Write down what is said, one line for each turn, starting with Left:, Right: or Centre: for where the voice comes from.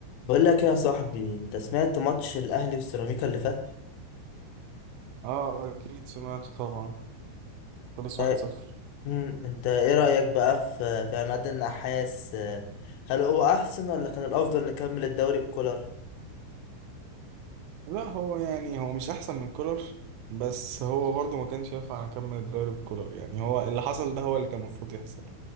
Left: بقول لك يا صاحبي انت سمعت ماتش الاهلي والسيراميكا اللي فات
Right: اه اكيد سمعته طبعا خلص
Left: اه،
Right: واحد صفر
Left: مم، انت ايه رايك بقى في في عماد النحاس اه، هل هو احسن ولا كان الافضل نكمل الدوري بكولر
Right: لا هو يعني هو مش احسن من كولر بس هو برضه ما كانش ينفع اكمل الدوري بكولر يعني هو اللي حصل ده هو اللي كان المفروض يحصل